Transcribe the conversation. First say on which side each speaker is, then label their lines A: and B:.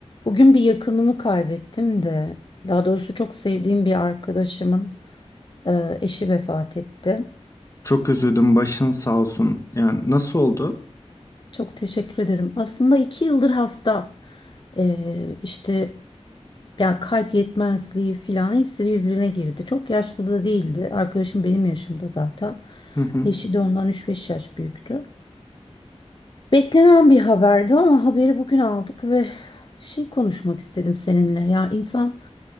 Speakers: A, on the left (about 45°); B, on the left (about 30°).
A: Bugün bir yakınımı kaybettim de, daha doğrusu çok sevdiğim bir arkadaşımın e, eşi vefat etti.
B: Çok üzüldüm. Başın sağ olsun. Yani nasıl oldu?
A: Çok teşekkür ederim. Aslında iki yıldır hasta. E, işte ya kalp yetmezliği falan hepsi birbirine girdi. Çok yaşlı da değildi. Arkadaşım benim yaşımda zaten.
B: Hı hı.
A: Eşi de ondan 3-5 yaş büyüktü. Beklenen bir haberdi ama haberi bugün aldık ve şey konuşmak istedim seninle. Ya insan